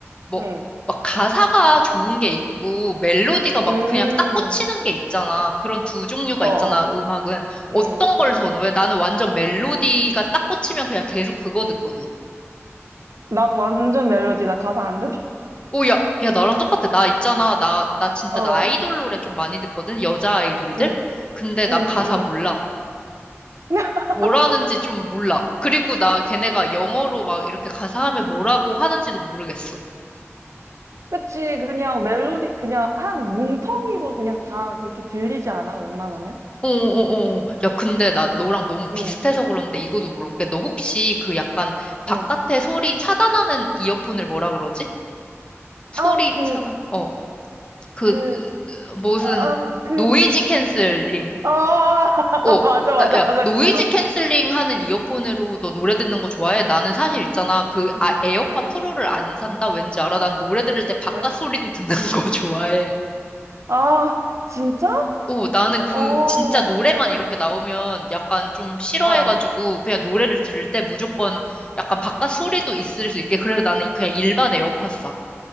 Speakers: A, on the left (about 20°); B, on the right (about 80°).
A: 뭐,
B: 응.
A: 막 가사가 좋은 게 있고 멜로디가
B: 음.
A: 막 그냥 딱 꽂히는 게 있잖아. 그런 두 종류가
B: 어,
A: 있잖아,
B: 어,
A: 음악은.
B: 음.
A: 어떤 걸 선호해? 나는 완전 멜로디가 딱 꽂히면 그냥 계속 그거 듣거든.
B: 나도 완전 멜로디다. 가사 안 들어.
A: 오, 야, 야, 나랑 똑같아. 나 있잖아. 나, 나 진짜
B: 어,
A: 나 아이돌 노래 좀 많이 듣거든. 여자 아이돌들.
B: 응.
A: 근데 나
B: 응,
A: 가사
B: 응, 응.
A: 몰라.
B: <laughs>
A: 뭐라는지 좀 몰라. 그리고 나 걔네가 영어로 막 이렇게 가사하면 뭐라고 하는지도 모르겠어.
B: 그치. 그냥 멜로디, 그냥 한 뭉텅이로 그냥 다 그렇게 들리지 않아? 웬만하면?
A: 어어어어. 야, 근데 나 너랑 너무
B: 응.
A: 비슷해서 그런데 이거도 물어볼게. 너 혹시 그 약간 바깥의
B: 응.
A: 소리 차단하는 이어폰을 뭐라 그러지? 소리
B: 아, 그,
A: 차단. 어, 그
B: 그,
A: 무슨
B: 아, 그,
A: 노이즈 캔슬링.
B: 아, <laughs>
A: 어,
B: 맞아,
A: 나,
B: 맞아,
A: 야,
B: 맞아,
A: 노이즈
B: 그거.
A: 캔슬링 하는 이어폰으로 너 노래 듣는 거 좋아해? 나는 사실 있잖아. 그
B: 응.
A: 아, 에어팟
B: 응.
A: 프로를 안 산다? 왠지 알아? 난 노래 들을 때 바깥
B: 왜?
A: 소리도 듣는 <laughs> 거 좋아해.
B: 아, 진짜?
A: 오, 나는 그
B: 어.
A: 진짜 노래만 이렇게 나오면 약간 좀 싫어해가지고
B: 어.
A: 그냥 노래를 들을 때 무조건 약간 바깥 소리도 있을 수 있게 그래서 나는 그냥 일반 에어팟 사.